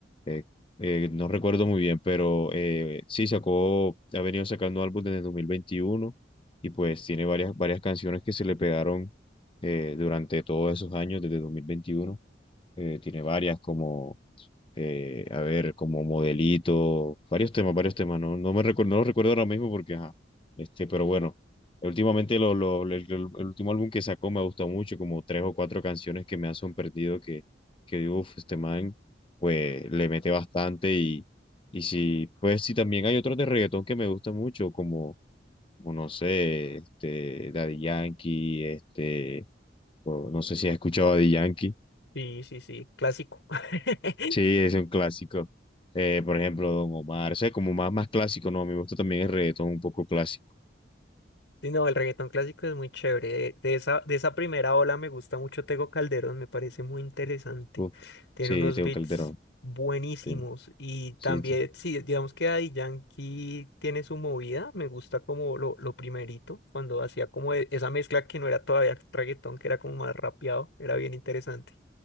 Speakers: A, on the left (about 30°); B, on the left (about 80°).
A: eh, eh, no recuerdo muy bien, pero eh, sí sacó, ha venido sacando álbumes desde 2021 y pues tiene varias, varias canciones que se le pegaron eh, durante todos esos años, desde 2021, eh, tiene varias como eh, a ver, como modelito, varios temas, varios temas, no, no me recuerdo, no lo recuerdo ahora mismo porque, ajá, este, pero bueno, últimamente lo, lo- el, el- el último álbum que sacó me gustó mucho, como tres o cuatro canciones que me han sorprendido que, que uff, este man, pues le mete bastante y, y sí, pues sí, también hay otros de reggaetón que me gustan mucho, como, como no sé, este, Daddy Yankee, este, o no sé si has escuchado a Daddy Yankee.
B: Sí, sí, sí, clásico. <laughs>
A: Sí, es un clásico. Eh, por ejemplo, Don Omar, o sea, como más, más clásico, no, a mí me gusta también el reggaetón un poco clásico.
B: Sí, no, el reggaetón clásico es muy chévere. De, de esa, de esa primera ola me gusta mucho Tego Calderón, me parece muy interesante.
A: Uf,
B: Tiene
A: sí,
B: unos
A: tengo
B: beats
A: Calderón.
B: buenísimos.
A: Sí,
B: Y también,
A: sí, sí,
B: sí, digamos que Daddy Yankee tiene su movida. Me gusta como lo, lo primerito, cuando hacía como e- esa mezcla que no era todavía reggaetón, que era como más rapeado, era bien interesante.